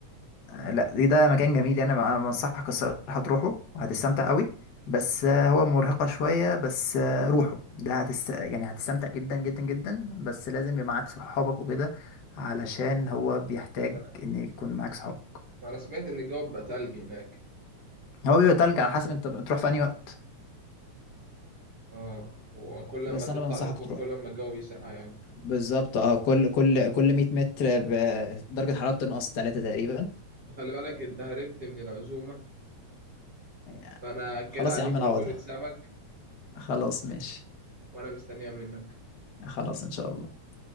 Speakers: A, on the left; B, on the right.
A: آه، لا ده ده مكان جميل يعني، انا بقى- بنصحك الصراحة تروحه وهتستمتع قوي بس آه، هو مرهقة شوية بس آه، روحه ده هتست... يعني هتستمتع جدا جدا جدا بس لازم يبقى معاك صحابك وكده علشان هو بيحتاج
B: انا
A: ان يكون معاك صحابك
B: انا سمعت ان الجو بقى تلج هناك
A: هو بيبقى تلج على حسب انت بتروح في انهي وقت
B: اه وكل لما
A: بس
B: تطلع
A: انا بنصحك
B: لفوق
A: تروح
B: كل لما الجو بيسقع يعني
A: بالظبط اه كل كل كل 100 متر ب- درجة حرارة بتنقص 3 تقريبا
B: خلي بالك انت هربت من العزومه
A: يعني
B: فانا كده
A: خلاص
B: عليك
A: يا عم
B: عزومه
A: نعوضها
B: سمك
A: خلاص ماشي
B: وانا مستنيها منك
A: خلاص ان شاء الله